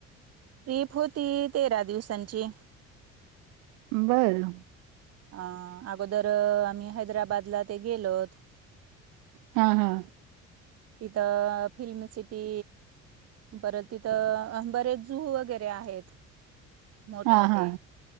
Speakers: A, on the right; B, on the right.
A: प्रीप होती तेरा दिवसांची
B: बरं
A: अं अगोदर आम्ही हैदराबादला ते गेलोत
B: हा हा
A: इदा फिलम सिटी परत तिथं बरेच जू वगैरे आहेत मोठ
B: हा
A: मोोठे
B: हा